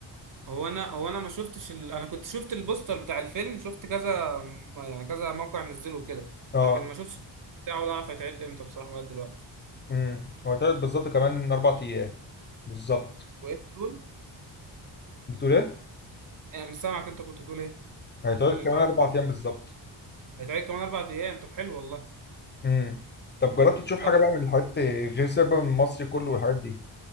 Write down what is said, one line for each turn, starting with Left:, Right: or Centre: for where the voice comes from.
Right: هو انا هو انا ما شفتش ال... انا كنت شفت البوستر بتاع الفيلم شفت كذا يعني كذا موقع نزله كده
Left: اه
Right: لكن ما شفتش بتاعه ولا اعرف هيتعرض امتى بصراحة لغاية دلوقتي
Left: امم هو هيتعرض بالظبط كمان اربع ايام بالظبط
Right: وايه بتقول؟
Left: بتقول ايه
Right: انا مش سامعك انت كنت بتقول ايه؟
Left: هيتعرض
Right: ايه اللي
Left: كمان
Right: تعرض؟
Left: اربع ايام بالظبط
Right: هيتعرض كمان اربع ايام طب حلو والله
Left: امم طب جربت تشوف حاجه
Right: طب إيه؟
Left: بقى من الحاجات غير سياق بقى من المصري كله والحاجات دي